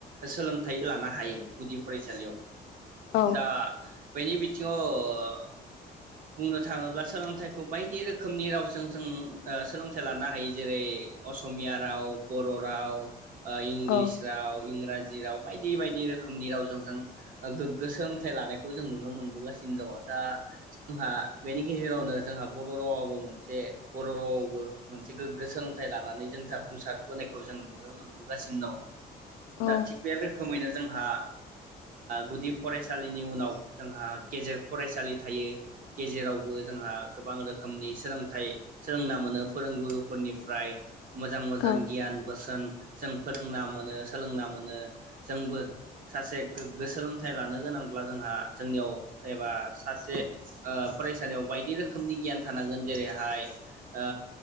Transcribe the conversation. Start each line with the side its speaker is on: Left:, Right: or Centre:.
Right: सोलोंथाइ लानो हायो गुदि फरायसालियाव
Left: औ
Right: दा बेनि बिथिङाव अ बुंनो थाङोब्ला सोलोंथाइखौ बायदि रोखोमनि रावजों जों ओ सोलोंथाइ लानो हायो जेरै असमिया राव बर' राव इंग्लिस
Left: औ
Right: राव इंराजि राव बायदि बायदि रोखोमनि रावजों जों गोग्गो सोलोंथाइ लानायखौ जों नुनो मोनबोगासिनो दङ'। दा जोंहा बेनि गेजेरावनो जोंहा बर' रावाबो मोनसे ब बर' रावआवबो मोनसे गोग्गो सोलोंथाइ लानानै जों जाफुंसारबोनायखौ जों नुनो मोनबोगासिनो दङ'।
Left: औ
Right: दा थिग बे रोखोमैनो जोंहा गुदि फरायसालिनि उनाव जोंहा गेजेर फरायसालि थायो गेजेरावबो जोंहा गोबां रोखोमनि सोलोंथाइ सोलोंना मोनो फोरोंगुरुफोरनिफ्राय मोजां मोजां
Left: औ
Right: गियान बोसोन। जों फोरोंना मोनो सोलोंना मोनो जोंबो सासे गोग्गो सोलोंथाइ लानो गोनांब्ला जोंहा जोंनियाव एबा सासे फरायसालियाव बायदि रोखोमनि गियान थानांगोन। जेरैहाय ओ